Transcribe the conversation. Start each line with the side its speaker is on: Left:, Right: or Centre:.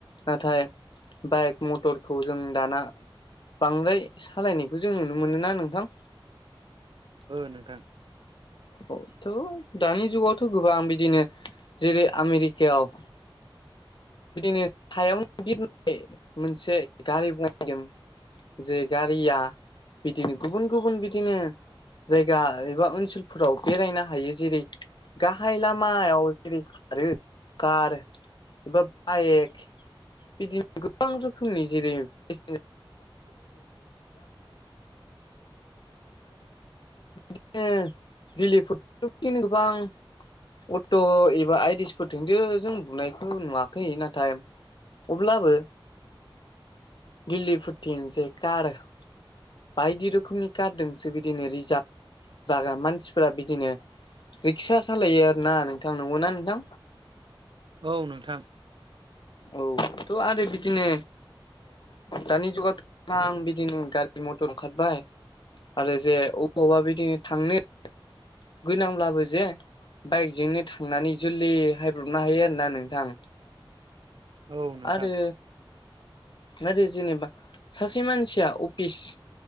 Left: नाथाय बाइक मटरखौ जों दाना बांद्राय सालायनायखौ जों नुनो मोनो ना नोंथां
Right: ओ नोंथां
Left: औ थ' दानि जुगावथ' गोबां बिदिनो जेरै आमेरिकायाव बिदिनो सायावनो बिरनाय मोनसे गारि बनायदों जे गारिया बिदिनो गुबुन गुबुन बिदिनो जायगा एबा ओनसोलफोराव बेरायनो हायो जेरै गाहाय लामायाव जेरै खारो कार एबा बाइक बिदिनो गोबां रोखोमनि जेरै ा रस <unintelligible> बिदिनो दिफोर बिदिनो गोबां अट' एबा आइदिसफोरजोंसो जों बुनायखौ नुवाखै नाथाय अब्लाबो दिल्ली फुरथिनो जै कार बायदि रोखोमनि कारदोंसो बिदिनो रिजार्भ बागा मानसिफोरारा बिदिनो रिक्सा सालायो आरो ना नोंथां नंगौ ना नोंथां?
Right: औ नोंथां।
Left: औथ' आरो बिदिनो दानि जुगावथ' आं बिदिनो गारि मथर ओंखारबाय। आरो जे अबावबा बिदिनो थांनो गोनांब्लाबो जे बाइकजोंनो थांनानै जोलै हायब्रनो हायो आरोना नोंथां।
Right: औ नोंथां
Left: आरो आरो जेनेबा सासे मानसिया अफिस